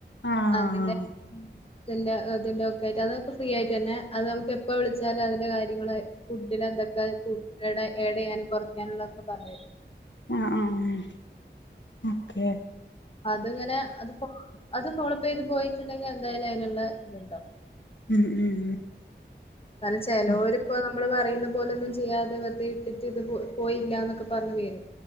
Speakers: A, on the left; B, on the left.
A: ആഹ്
B: അതില്ലെ അതിന്റെ അതിന്റെ ഒക്കെ ആയിട്ട് അതൊക്കെ ഫ്രീ ആയിട്ട് തന്നെ അത് നമുക്ക് എപ്പ വിളിച്ചാലും അതിന്റെ കാര്യങ്ങൾ ഫുഡിൽ എന്തൊക്കെ എഡ എഡയ്യാനും കുറയ്ക്കാനുള്ള ഒക്കെ പറഞ്ഞു തരും
A: ആ ആ മ് ഓക്കെ
B: അതിങ്ങനെ അത്പോ അത് ഫോളപ്പ് ചെയ്ത് പോയിട്ടുണ്ടെങ്കിൽ എന്തായാലും അയിനുള്ള ഇത്ണ്ടാവും
A: ഉം ഉം
B: എന്നാലും ചലോര്പ്പേ
A: ഉം
B: നമ്മള് പറയുന്ന പോലൊന്നും ചെയ്യാതെ വെറുതെ ഇട്ടിട്ട് ഇത് പോയില്ലന്നൊക്കെ പറഞ്ഞു വേരും